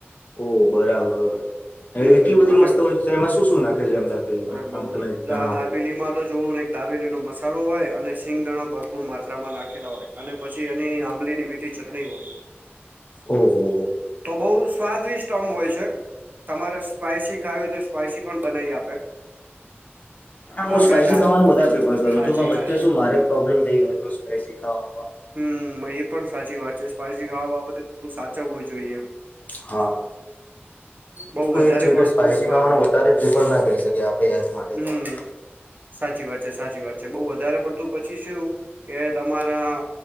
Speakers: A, on the left; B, on the right.
A: ઓ બરાબર હ
B: હમ
A: એટલી
B: હમ
A: બધી
B: મને
A: મસ્ત હોય છે એમાં શું શું નાખે છે એમ. દાબેલીમાં
B: અરે બઉ
A: આમ તમે જણાવો
B: દાબેલી માં તો જુઓ ને દાબેલી નો મસાલો હોય અને સિંગ દણા ભરપૂર માત્રા માં નાખેલા હોય અને પછી એની આંબલીની મીઠી તીખી ચટણી હોય.
A: ઓ હો હો
B: તો બહુ સ્વાદવિષ્ટ આમ હોય છે તમારે સ્પાઈસી ખાવું તો સ્પાઈસી પણ બનાવી આપે.
A: હા
B: આપડે
A: હું સ્પાઈસી
B: જા
A: ખાવાનું બધારે પ્રિફર કરું
B: હાજી
A: છું પણ બચ્ચે
B: હાજી.
A: શું મારે પ્રોબ્લેમ થઈ ગયો હતો સ્પાઈસી ખાવા.
B: હમ એ પણ સાચી વાત છે સ્પાઈસી ખાવા બાબતે થોડું સાચવ હોવું જોઈએ.
A: હા.
B: બઉ વધારે
A: એ જ છે કે
B: પડતું
A: સ્પાઈસી
B: હા
A: ખાવાનું
B: હા
A: વધારે પ્રિફર ના કરી શકીએ આપણે હેલ્થ માટે
B: હમ
A: તો આપ.
B: સાચી વાત છે સાચી વાત છે બઉુ વધારે પડતું પછી શું કે તમારા.